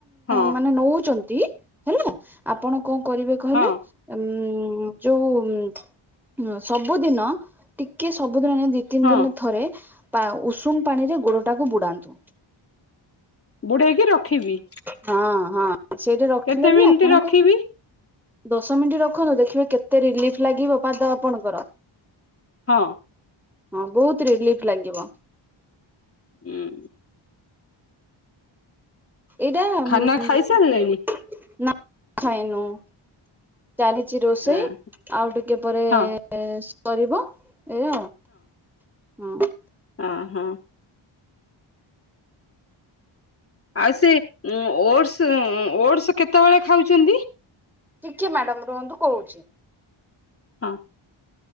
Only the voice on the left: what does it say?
ହଁ
ହଁ
ହଁ
ବୁଡ଼େଇକି ରଖିବି।
କେତେ ମିନିଟ
ରଖିବି
ହଁ।
ହୁଁ।
ଖାନା ଖାଇସାରିଲେଣି
ହଁ
ହଁ
ହଁ ହଁ। ଆଉ ସେ ଓଡସ୍ ଓଡସ୍ କେତେବେଳେ ଖାଉଛନ୍ତି।
ହଁ।